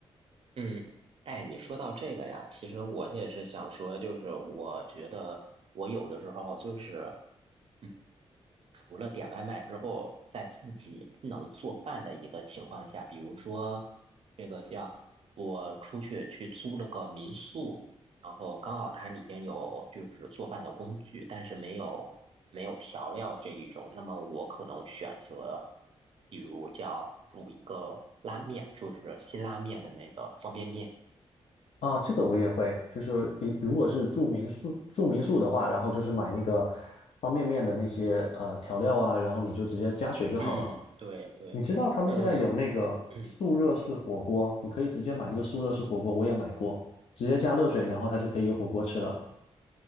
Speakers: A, on the right (about 60°); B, on the left (about 70°).
A: 嗯，哎，你说到这个呀，其实我也是想说，就是我觉得我有的时候就是，嗯，除了点外卖之后，在自己不能做饭的一个情况下，比如说这个叫我出去去租了个民宿，然后刚好它里边有就是做饭的工具，但是没有没有调料这一种，那么我可能选择，比如叫煮一个拉面，就是辛拉面的那个方便面。
B: 啊。这个我也会，就是一如果是住民宿住民宿的话，然后就是买那个方便面的那些呃调料啊，然后你就直接加水就好了。
A: 嗯，对对，
B: 你知道他们现在有那个速热式火锅，
A: 呃，嗯，
B: 你可以直接买那个速热式火锅，我也买过，直接加热水，然后它就可以有火锅吃了。